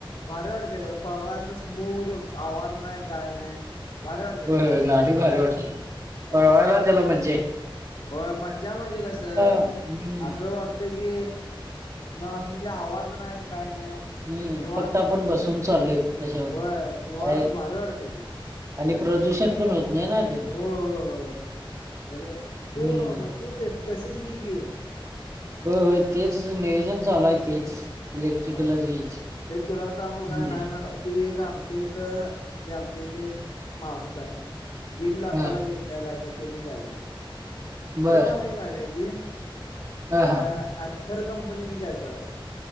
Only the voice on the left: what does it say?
भारी वाटतय खर पळवाय अस स्मूथ आवाज नाही काय नाही. भारी वाटते
ते
हा
होय मज्जा म्हणजे कस
असं वाटत की. ना असं म्हणजे आवाज नाही काय नाही.
निवांत
होय
निवांत भारी वाटतंय ते
हो हो हो अरे तू
मग तू तशीच घी की.
हा
तेच तुला सांगू
काय नाही म्हणा ते एक आम्ह ''--'' आमच्या इथं ते आमच्या इथे एक माणूस आहे दीड लाखाला
घेतल. ला कल्यातनी गाडी
लय भारी हाय गाडी ती.
अ
ऍथर कंपनीची काय तर हाय.